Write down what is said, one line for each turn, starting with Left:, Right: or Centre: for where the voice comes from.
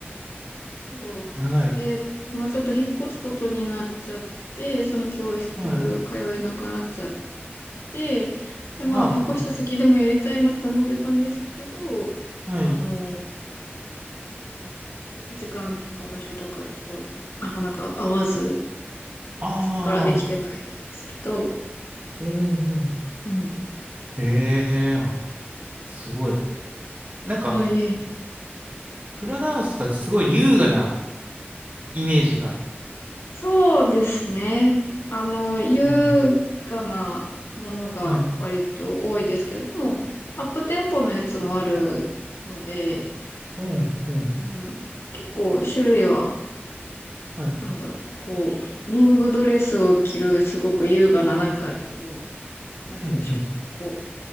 Left: そうなんです。
Right: 長い。
Left: で、まあちょっと引っ越すことになっちゃって、その教室通えなくなっちゃっ
Right: はい。
Left: て、
Right: はあ、
Left: で、まあ引っ越した先でもやりたいなと思ってたんですけど、
Right: はあ、はい。
Left: あの、な時間とか場所とかちょっとなかなか合わず、
Right: あ
Left: そこからできてないんですけど、
Right: あ、うん、うん。
Left: うん。
Right: ええあ、すごい。なんか、
Left: はい、
Right: フラダンスとかすごい優雅なイメージが。
Left: そうですね。あの、優雅なものが割と多いですけど、
Right: うん。はい。
Left: でも、アップテンポのやつもあるので、
Right: うん、うん。
Left: うん、結構種類は、
Right: はい。
Left: なんだろう、こう、ロングドレスを着る、すごく優雅な、なんか、ちょっと、なんて言うんでしょう。
Right: うん、うん。
Left: こ